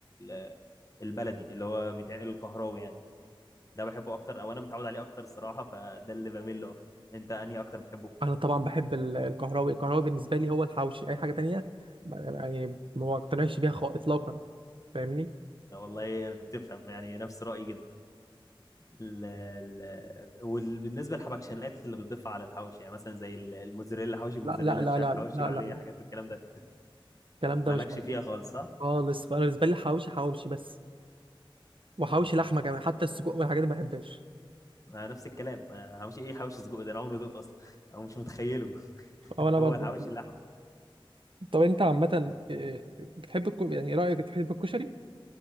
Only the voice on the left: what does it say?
ال- البلدي اللي هو بيتعمل الكهراوي يعني ده بحبه اكتر او انا متعود عليه اكتر الصراحه فده اللي بميل له اكتر انت انهي اكتر بتحبه
والله بتفهم يعني نفس رايي جدا ال ال وبالنسبه للحبكشنات اللي بتضيفها على الحواوشي يعني مثلا زي ال- الموزاريلا حواوشي الموزاريلا
مش عارف
حواوشي
عليه
حاجات والكلام ده
مالكش
فيها خالص صح؟
مم.
آه، نفس الكلام آه، حواوشي ايه حواوشي سجق ده انا عمري دوت اصلا <laughs> او مش متخيله <laughs>
هو الحواوشي اللحمه